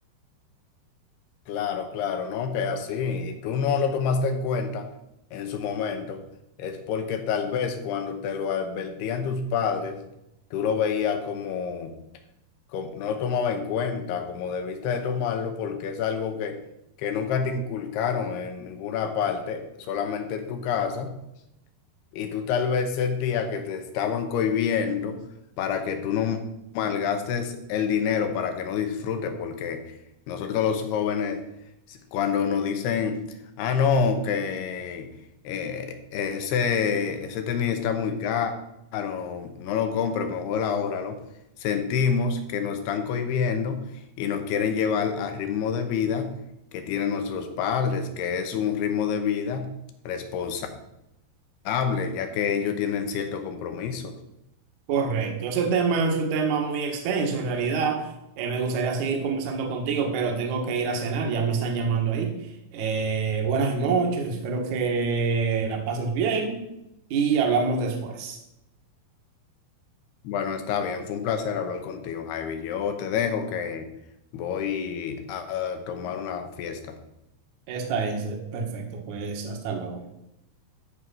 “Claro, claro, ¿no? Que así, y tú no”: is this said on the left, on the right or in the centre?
Left